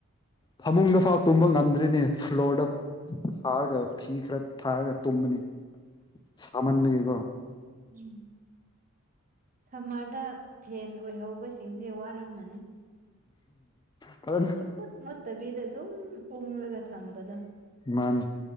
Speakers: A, on the left; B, on the right.
A: ꯐꯃꯨꯡꯗ ꯐꯥꯎ ꯇꯨꯝꯕ ꯉꯝꯗ꯭ꯔꯦꯅꯦ ꯐ꯭ꯂꯣꯔꯗ ꯊꯥꯔꯒ ꯐꯤ ꯈꯔ ꯊꯥꯔꯒ ꯇꯨꯝꯕꯅꯤ ꯁꯥꯃꯟꯕꯒꯤꯀꯣ
B: ꯎꯝ ꯁꯝꯃꯔꯗ ꯐꯦꯟ ꯑꯣꯏꯍꯧꯕꯁꯤꯡꯁꯦ ꯋꯥꯔꯝꯃꯅꯤ
A: ꯐꯖꯅ
B: ꯁꯨꯛ ꯃꯨꯠ ꯃꯨꯠꯇꯕꯤꯗ ꯑꯗꯨꯝ ꯎꯪꯂꯒ ꯊꯝꯕꯗꯣ
A: ꯃꯥꯟꯅꯤ